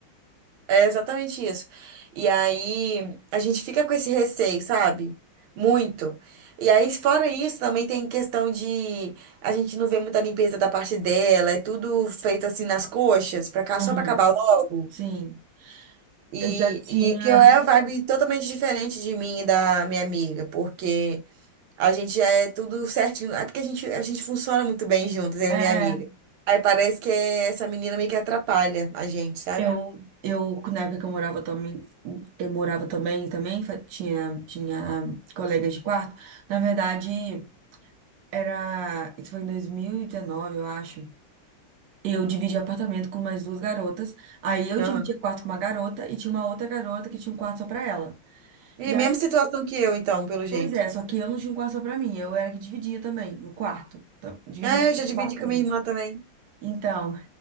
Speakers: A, on the right (about 90°); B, on the right (about 65°).
A: É exatamente isso. E aí a gente fica com esse receio, sabe? Muito. E aí, fora isso, também tem questão de a gente não vê muita limpeza da parte dela, é tudo feito assim nas coxas, pra cá,
B: Uhum,
A: só pra acabar logo.
B: Sim,
A: E,
B: eu já tinha.
A: e que eu é a vibe totalmente diferente de mim e da minha amiga, porque a gente já é tudo certinho. É porque a gente, a gente funciona muito bem juntas, eu
B: É,
A: e minha amiga. Aí parece que é- essa menina meio que atrapalha a gente, sabe?
B: eu, eu, na época que eu morava também, eu morava também, também fa- tinha, tinha colegas de quarto. Na verdade, era. Isso foi em 2019, eu acho. Eu dividi apartamento com mais duas garotas. Aí eu
A: Aham.
B: dividia quarto com uma garota e tinha uma outra garota que tinha um quarto só pra ela.
A: E
B: E
A: mesma
B: aí,
A: situação que eu, então, pelo jeito.
B: pois é, só que eu não tinha um quarto só pra mim, eu era que dividia também, no quarto. Tá? Dividia
A: Ah,
B: o
A: eu já dividi
B: quarto
A: com
B: também.
A: minha irmã também.
B: Então,